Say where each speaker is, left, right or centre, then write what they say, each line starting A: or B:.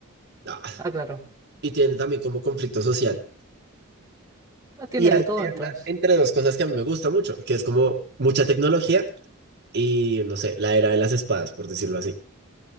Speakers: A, on the right (about 55°); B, on the right (about 15°).
A: ah,
B: Ah, claro.
A: y tiene también como conflicto social.
B: Ah, tiene
A: Y alterna
B: de todo entonces.
A: entre dos cosas que a mí me gusta mucho, que es como mucha tecnología y, no sé, la era de las espadas, por decirlo así.